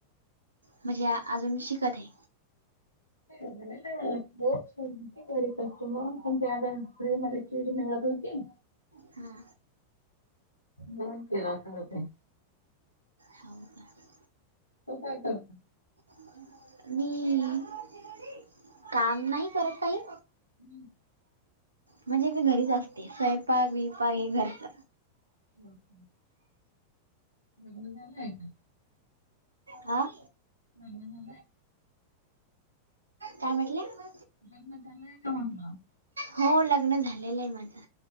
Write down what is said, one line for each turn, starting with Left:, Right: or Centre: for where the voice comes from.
Right: म्हणजे अजून शिकत हे.
Left: अरे देवा <unintelligible> कस्टमर पण ते आता <unintelligible> मध्ये किळ निघत होती.
Right: ह्म.
Left: मग फिरत तर होते.
Right: होव काय?
Left: तु काय करते?
Right: <inaudible> मीं काम नाही करत काही.
Left: <inaudible>
Right: म्हणजे मी घरीच असते, स्वयंपाक-बियपाक हे घरच
Left: <unintelligible> लग्न झालं हाय का?
Right: आं
Left: लग्न झालं?
Right: काय म्हटलं?
Left: लग्न झालंय का म्हटलं?
Right: होव, लग्न झालेलं हे माझं.